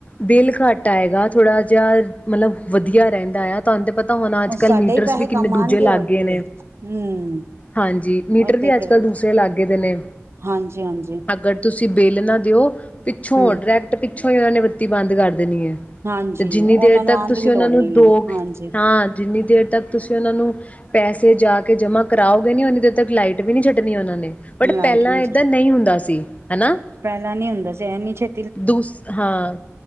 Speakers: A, on the left (about 30°); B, on the right (about 60°).
A: ਬਿੱਲ ਘੱਟ ਆਏਗਾ ਥੋੜਾ ਜਿਹਾ, ਮਤਲਬ ਵਧੀਆ ਰਹਿੰਦਾ ਆ ਤੁਹਾਨੂੰ ਤੇ ਪਤਾ ਹੋਣਾ ਅੱਜ ਕੱਲ
B: ਸਾਡੇ
A: ਮੀਟਰਸ
B: ਹੀ ਪੈਸੇ
A: ਵੀ ਕਿੰਨੇ
B: ਕੰਮ ਆਣਗੇ
A: ਦੂਜੇ ਲੱਗ
B: ਹੋਰ
A: ਗਏ
B: ਕੀ
A: ਨੇ,
B: ਹੈ ਹੂੰ।
A: ਹਾਂਜੀ ਮੀਟਰ
B: ਉਹ
A: ਵੀ
B: ਤੇ
A: ਅੱਜ
B: ਕਹਿ
A: ਕੱਲ੍ਹ ਦੂਸਰੇ ਲੱਗ ਦੇ ਨੇ
B: ਹਾਂਜੀ-ਹਾਂਜੀ
A: ਅਗਰ ਤੁਸੀਂ ਬਿੱਲ ਨਾ ਦਿਓ ਪਿੱਛੋਂੜ,
B: ਹੂੰ।
A: ਨੈੱਟ ਪਿੱਛੋਂ ਹੀ ਉਹਨਾਂ ਨੇ ਬੱਤੀ ਬੰਦ ਕਰ ਦਿੱ ਦੇਣੀ ਹੈ
B: ਹਾਂਜੀ
A: ਤੇ, ਜਿੰਨੀ
B: ਉਹਨਾਂ
A: ਦੇਰ
B: ਨੂੰ
A: ਤੱਕ
B: ਆਣ
A: ਤੁਸੀਂ
B: ਦੀ ਵੀ
A: ਉਹਨਾਂ
B: ਲੋੜ
A: ਨੂੰ
B: ਨਹੀਂ
A: ਦੋ
B: ਹੈ ਹਾਂਜੀ
A: ਹਾਂ ਜਿੰਨੀ ਦੇਰ ਤੱਕ ਤੁਸੀਂ ਉਹਨਾਂ ਨੂੰ, ਪੈਸੇ ਜਾ ਕੇ ਜਮਾ ਕਰਾਓਗੇ ਨੀ ਉਹਨੀ ਦੇਰ ਤੱਕ ਲਾਈਟ ਵੀ ਨਹੀਂ ਛੱਡਣੀ ਉਹਨਾਂ ਨੇ, ਬਟ
B: ਲਾਈਟ
A: ਪਹਿਲਾਂ
B: ਵੀ
A: ਏਦਾਂ ਨਹੀਂ ਹੁੰਦਾ ਸੀ। ਹਨਾ
B: ਪਹਿਲਾਂ ਨੀ ਹੁੰਦਾ ਸੀ ਐਨੀ ਛੇ
A: ਦੂਸ ਹਾਂ